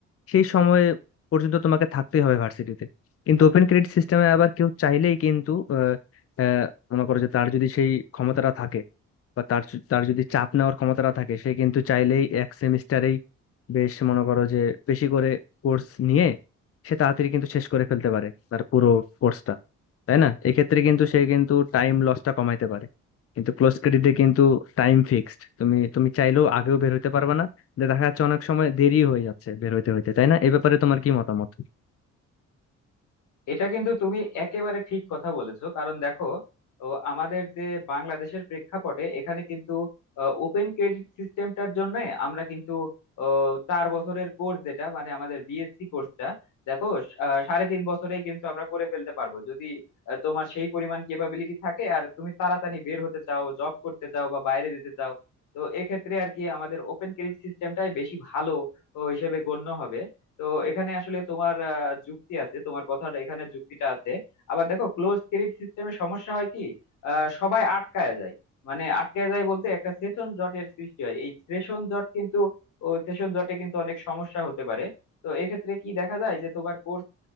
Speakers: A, on the left; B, on the left.
A: সেই সময় পর্যন্ত তোমাকে থাকতেই হবে ভার্সিটিতে কিন্তু ওপেন ক্রেডিট সিস্টেমে আবার কেউ চাইলেই কিন্তু আহ, আহ, মনে করো যে তার যদি সেই ক্ষমতাটা থাকে বা তার চ- তার যদি চাপ নেওয়ার ক্ষমতাটা থাকে সে কিন্তু চাইলেই এক সেমিস্টারেই বেশ মনে করো যে বেশি করে কোর্স নিয়ে সে তাড়াতাড়ি কিন্তু শেষ করে ফেলতে পারে তার পুরো কোর্সটা তাই না এক্ষেত্রে কিন্তু সে কিন্তু টাইম লসটা কমাইতে পারে কিন্তু ক্লোজ ক্রেডিটে কিন্তু টাইম ফিক্সড তুমি তুমি চাইলেও আগেও বের হতে পারবে না যে দেখা যাচ্ছে অনেক সময় দেরি হয়ে যাচ্ছে বের হইতে হইতে তাই না এই ব্যাপারে তোমার কি মতামত
B: এটা কিন্তু তুমি একেবারে ঠিক কথা বলেছো কারণ দেখো ও আমাদের যে বাংলাদেশের প্রেক্ষাপটে এখানে কিন্তু ওপেন ক্রেডিট সিস্টেমটার জন্য আমরা কিন্তু আহ, চার বছরের কোর্স যেটা মানে আমাদের বিএসসি কোর্সটা দেখো আহ, সাড়ে তিন বছরেই কিন্তু আমরা করে ফেলতে পারবো যদি আহ, তোমার সেই পরিমাণ কেপাবিলিটি থাকে আর তুমি তাড়াতাড়ি বের হতে চাও জব করতে চাও বা বাইরে যেতে চাও তো এক্ষেত্রে আর কি আমাদের ওপেন ক্রেডিট সিস্টেমটাই বেশি ভালো ও, হিসেবে গণ্য হবে তো এখানে আসলে তোমার আহ, যুক্তি আছে তোমার কথাটা এখানে যুক্তিটা আছে আবার দেখো ক্লোজ ক্রেডিট সিস্টেমে সমস্যা হয় কি আহ, সবাই আটকায় যায় মানে আটকায় যায় বলতে একটা সেশন জটের সৃষ্টি হয় এই সেশন জট কিন্তু ও সেশন জটে কিন্তু অনেক সমস্যা হতে পারে তো এক্ষেত্রে কি দেখা যায় যে তোমার কোর্স